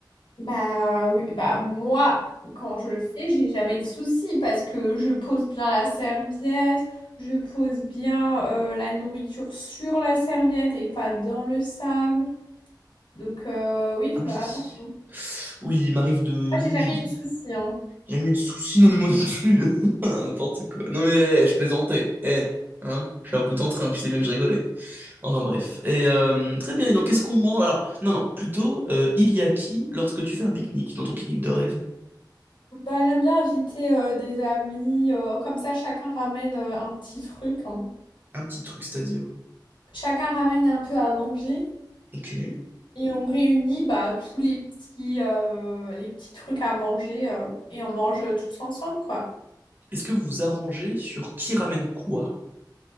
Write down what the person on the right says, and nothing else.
Ah
oui.
Oui, il m'arrive de.
Oui,
oui.
Jamais eu de soucis, non mais moi non plus. <laughs> N'importe quoi. Non mais eh, je plaisantais. Eh, hein, je suis à bout en train, tu sais bien que je rigolais. Enfin bref. Et euh, très bien, et donc qu'est-ce qu'on mange? Alors, non, non, plutôt, euh, il y a qui lorsque tu fais un pique-nique, dans ton pique-nique de rêve?
Un petit truc, c'est-à-dire.
Ok. Est-ce
que vous vous arrangez sur qui ramène quoi?